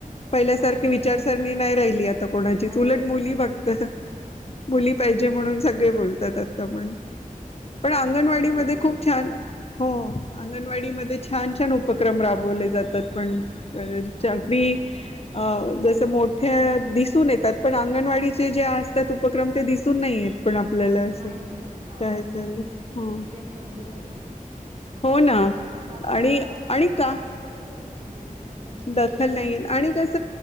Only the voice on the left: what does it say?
पहिल्यासारखी
विचारसरणी नाही राहिली आता कोणाचीच
उलट
मुली
बगत
मुली पाहिजे
म्हणून सगळे बोलतात आता पण
पण अंगणवाडीमध्ये
खूप
छान हो अंगणवाडीमध्ये छान छान उपक्रम राबवले जातात पण <unintelligible>
च्या अगदी
अ जस मोठे दिसून येतात पण अंगणवाडीचे जे असतात उपक्रम ते दिसून नाही येत. पण आपल्याला असं
काय चालू ह
हो ना
आणि
आणि
का
दखल नाहीेत
आणि
कस